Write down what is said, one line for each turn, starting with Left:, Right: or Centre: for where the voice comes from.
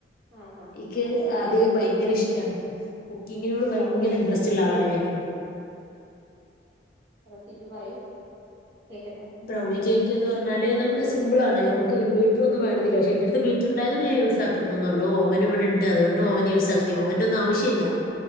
Right: ആഹാ
Left: ഇയ്ക്ക്
Right: അതെങ്ങനെയാത്
Left: ആദ്യം ഭയങ്കര ഇഷ്ടാണ്. കുക്കിങ്ങിനോട്
Right: ബ്രൗൺ
Left: ഭയങ്കര ഇൻട്രസ്റ്റ് ഉള്ള ആളാണ് ഞാന്
Right: സി പി പറയൂ. കേക്കട്ടെ
Left: ബ്രൗണി കേക്ക് എന്ന് പറന്നാല് നമ്മള് സിമ്പിൾ ആണ്. നമ്മ ക്ക് ബീറ്ററൊന്നും വേണന്നില്ല. പക്ഷെ എന്റെറ അടുത്ത് ബീറ്റർ ഉണ്ടായതോണ്ട് ഞാൻ യൂസാക്കുന്നന്നേ ഉള്ളൂ. ഓവൻ ഇവിടെണ്ട്. അതൊകൊണ്ട് ഒവൻ യൂസ് ആക്കുന്നേയാ. ഓവൻ്റൊന്നും ആവശ്യ ഇല്ല.
Right: ഉം.